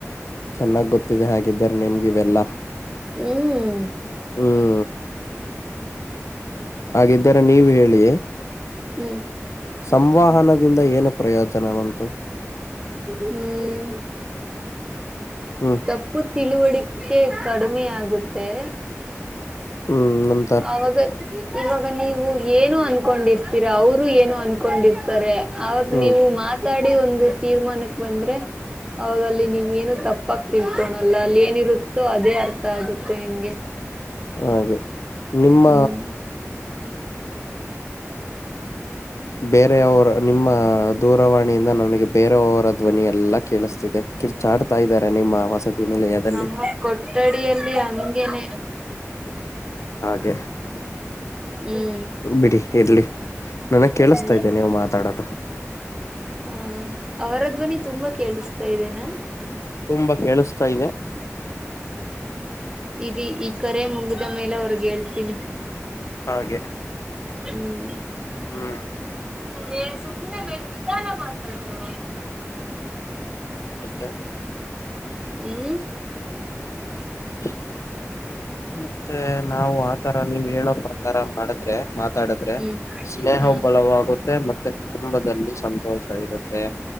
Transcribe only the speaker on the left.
ಚೆನ್ನಾಗ್ ಗೊತ್ತಿದೆ ಹಾಗಿದ್ದಾರೆ ನಿಮ್ಗೆ ಇವೆಲ್ಲಾ.
ಹ್ಮ
ಹಾಗಿದ್ದರೆ ನೀವು ಹೇಳಿ.
ಸಂವಹನದಿಂದ ಏನು ಪ್ರಯೋಜನವಂತು.
ಹ್ಮ್
ಹ್ಮ್ ನಮ್
ಹ್ಮ್
ಹಾಗೆ ನಿಮ್ಮ
ಬೇರೆಯವರ ನಿಮ್ಮ ದೂರವಾಣಿಯಿಂದ ನನಗೆ ಬೇರೆಯವರ ಧ್ವನಿಯ ಎಲ್ಲಾ ಕೇಳಿಸ್ತಿದೆ ಕಿರ್ಚಾಡ್ತಾ ಇದ್ದಾರೆ ನಿಮ್ಮ ವಸತಿ ನಿಲಯದಲ್ಲಿ
ಹಾಗೆ
ಬಿಡೀ ಇರ್ಲಿ. ನನಗ್ ಕೇಳಿಸ್ತಾ
ಇದೇ ನೀವು ಮಾತಾಡೋದು.
ತುಂಬಾ ಕೇಳಿಸ್ತಾ ಇದೆ
ಹಾಗೆ
ಹ್ಮ
ಮತ್ತೆ
ಹ ಮತ್ತೆ ನಾವು ಆತರ ನೀವ್ ಹೇಳೋ ಪ್ರಕಾರ ಮಾಡಿದ್ರೆ ತಾಡದ್ರೆ
ಸ್ನೇಹ
ಬಲವಾಗುತ್ತೆ ಮತ್ತೆ ಕುಟುಂಬದಲ್ಲಿ ಸಂತೋಷ ಇರುತ್ತೆ